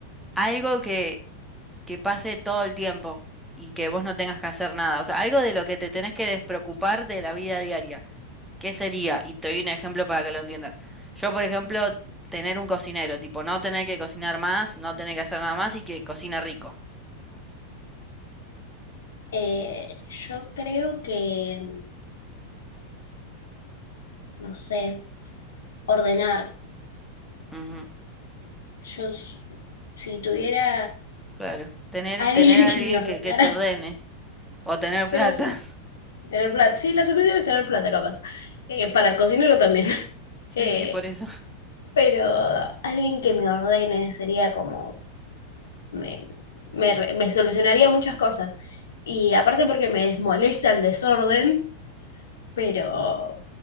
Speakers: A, in the centre; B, on the left.
A: algo que, que pase todo el tiempo y que vos no tengas que hacer nada. O sea, algo de lo que te tenés que despreocupar de la vida diaria. ¿Qué sería? Y te doy un ejemplo para que lo entiendas. Yo, por ejemplo, tener un cocinero, tipo, no tener que cocinar más, no tener que hacer nada más y que cocina rico.
B: eh, yo creo que, no sé, ordenar.
A: Ujú,
B: Yo s- si tuviera
A: claro. Tener,
B: <laughs> alguien
A: tener a
B: que
A: alguien
B: me ordenara,
A: que, que te ordene o tener plata.
B: pero en sí
A: <laughs>
B: Tener plata. Sí, la solución es tener plata, capaz. Eh, para el cocinero también. <laughs>
A: Sí,
B: Eh,
A: sí, por eso. <laughs>
B: pero alguien que me ordene sería como. Me, me, re- me solucionaría muchas cosas. Y aparte porque me molesta el desorden, pero